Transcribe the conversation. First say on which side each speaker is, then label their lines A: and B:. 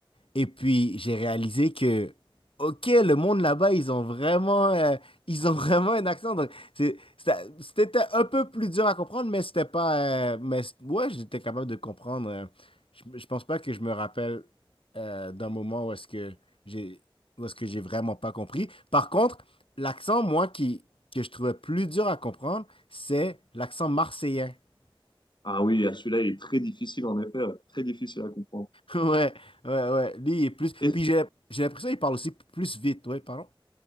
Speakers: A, on the left (about 80°); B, on the left (about 60°).
A: et puis, j'ai réalisé que, OK, le monde là-bas, ils ont vraiment, euh, ils ont <laughs> vraiment un accent. Donc, c'est- ça- c'était un peu plus dur à comprendre, mais c'était pas. euh, mais c- ouais, j'étais capable de comprendre. euh. je, je pense pas que je me rappelle euh, d'un moment où est-ce que j'ai, où est-ce que j'ai vraiment pas compris. Par contre, l'accent, moi, qui, que je trouvais plus dur à comprendre, c'est l'accent marseillais. <laughs>
B: Ah oui, ah, celui-là il est très difficile en effet, ouais. très difficile à comprendre.
A: Ouais, ouais, ouais. Lui, il est plus.
B: Et,
A: Puis j'ai j'ai l'impression qu'il parle aussi plus vite. Ouais, pardon.